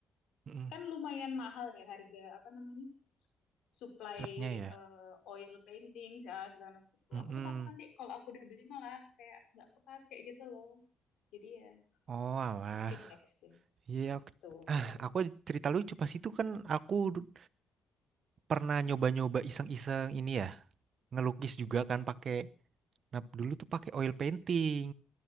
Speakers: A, on the right; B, on the left.
A: Hmm. Mm-mm.
B: kan lumayan mahal ya harga apa namanya? supply
A: Catnya ya.
B: eh, oil painting segala, segala macam itu.
A: Mm-mm.
B: Aku tuh takut nanti kalau aku udah beli malah kayak nggak kepake gitu loh. Jadi ya
A: Oh alah,
B: mungkin next deh.
A: iya. aku-
B: Tuh.
A: Ah, aku cerita lucu pas itu kan aku du- pernah nyoba-nyoba iseng-iseng ini ya. ngelukis juga kan pakai nah dulu tuh pakai oil painting